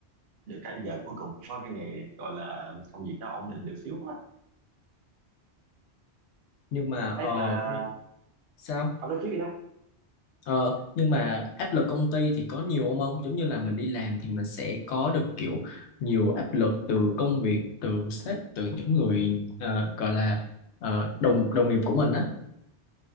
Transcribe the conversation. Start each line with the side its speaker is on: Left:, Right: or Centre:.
Right: được cái giờ cuối cùng cũng có cái nghề gọi là công việc nó ổn định được xíu á.
Left: nhưng mà ờ,
Right: Ấy mà
Left: nó- sao
Right: ông nói trước đi bác
Left: Ờ, nhưng mà áp lực công ty thì có nhiều không ông giống như là mình đi làm thì mình sẽ có được kiểu nhiều áp lực từ công việc từ sếp từ những người ờ, gọi là ờ, đồng đồng nghiệp của mình á